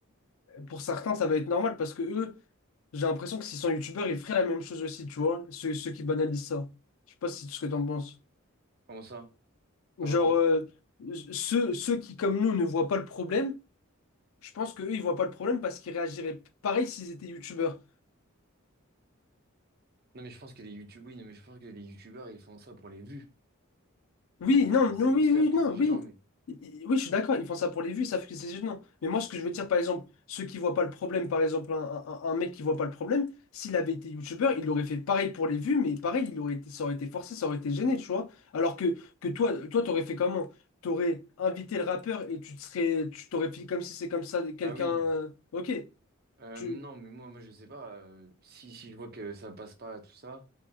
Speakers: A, on the left; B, on the right.
A: pour certains, ça va être normal parce que eux, j'ai l'impression que s'ils sont youtubeurs, ils feraient la même chose aussi, tu vois, ceux, ceux qui banalisent ça. Je sais pas si ce que t'en penses.
B: Comment ça? Ça
A: Genre,
B: va du moins?
A: euh, ceux, ceux qui, comme nous, ne voient pas le problème, je pense qu'eux, ils voient pas le problème parce qu'ils réagiraient pareil s'ils étaient youtubeurs.
B: Non mais je pense que les youtubeurs, oui, non, mais je pense que les youtubeurs ils font ça pour les vues.
A: Oui,
B: Ils vont,
A: non,
B: ils,
A: non,
B: sa- ils
A: oui,
B: savent
A: oui,
B: que
A: non,
B: c'est
A: oui.
B: gênant, mais.
A: I- i- Oui, je suis d'accord, ils font ça pour les vues, ça fait que c'est gênant. Mais moi, ce que je veux dire, par exemple, ceux qui voient pas le problème, par exemple, un, un- un mec qui voit pas le problème, s'il avait été youtubeur, il aurait fait pareil pour les vues, mais pareil, il aurait été, ça aurait été forcé, ça aurait été gêné, tu vois. Alors que, que toi, toi, t'aurais fait comment? T'aurais invité le rappeur et tu te serais, tu t'aurais fait comme si c'est comme ça, quelqu'un.
B: Ah oui.
A: Ok,
B: Euh,
A: tu,
B: non, mais moi, moi je sais pas. euh, si, si je vois que ça passe pas, tout ça.